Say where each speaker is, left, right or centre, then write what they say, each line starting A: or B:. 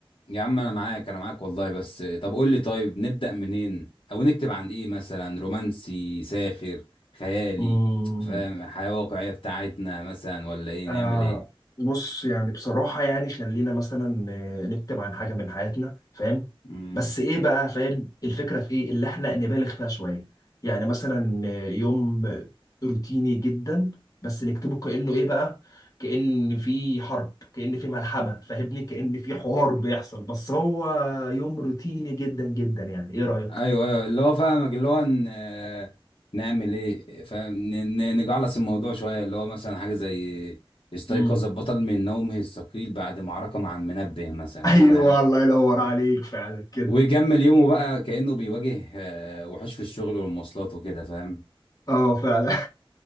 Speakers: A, on the left; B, on the left.
A: يا عم انا معاك انا معاك والله بس طب قول لي طيب نبدأ منين او نكتب عن ايه مثلا رومانسي ساخر خيالي
B: مم.
A: فاهم حياة واقعية بتاعتنا مثلا ولا ايه
B: آه
A: نعمل ايه
B: بص يعني بصراحة يعني خلينا مثلا آه، نكتب عن حاجة من حياتنا فاهم
A: امم
B: بس ايه بقى فاهم الفكرة في ايه اللي احنا نبالغ فيها شوية يعني مثلا آه، يوم آه، روتيني جدا بس نكتبه كأنه ايه بقى كأن في حرب كأن في ملحمة فاهمني كأن في حوار بيحصل بس هو يوم روتيني جدا جدا يعني ايه رأيك؟
A: ايوه ايوه اللي هو فاهمك اللي هو ن... آه، نعمل ايه فاهم ن... ن- نجعلص الموضوع شويه اللي هو مثلا حاجه زي استيقظ
B: مم.
A: البطل من نومه الثقيل بعد معركه مع المنبه مثلا
B: <laughs> ايوه
A: فاهم
B: الله ينور عليك فعلا كده
A: ويكمل يومه بقى كانه بيواجه آه، وحوش في الشغل والمواصلات وكده فاهم
B: اه فعلا <laughs>